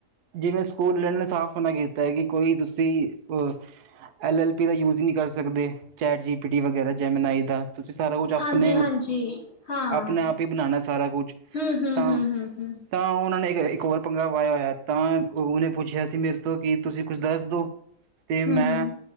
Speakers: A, on the right; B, on the left.
A: ਜਿਵੇਂ ਸਕੂਲ ਆਲੇ ਨੇ ਸਾਫ਼ ਮਨਾ ਕੀਤਾ ਐ ਕਿ ਕੋਈ ਤੁਸੀਂ ਅਹ ਐੱਲ ਐੱਲ ਪੀ ਦਾ ਯੂਜ ਨੀ ਕਰ ਸਕਦੇ, ਚੈਟ ਜੀ ਪੀ ਟੀ ਵਗੈਰਾ ਜੈਮਨ ਆਈ ਦਾ ਤੁਸੀਂ ਸਾਰਾ ਕੁਛ ਆਪਣੇ,
B: ਹਾਂਜੀ-ਹਾਂਜੀ ਹਾਂ।
A: ਆਪਣੇ ਆਪ ਈ ਬਣਾਣਾ ਸਾਰਾ ਕੁਛ,
B: ਹੂੰ-ਹੂੰ,
A: ਤਾਂ
B: ਹੂੰ-ਹੂੰ, ਹੂੰ, ਹੂੰ,
A: ਤਾਂ ਉਹਨਾਂ ਨੇ ਇੱਕ ਹੋਰ ਪੰਗਾ ਪਾਇਆ ਹੋਇਆ, ਤਾਂ ਉਹਨੇ ਪੁੱਛਿਆ ਸੀ ਮੇਰੇ ਤੋਂ ਕਿ ਤੁਸੀਂ ਕੁਛ ਦੱਸ ਦੋ ਤੇ ਮੈਂ,
B: ਹੂੰ ਹੂੰ,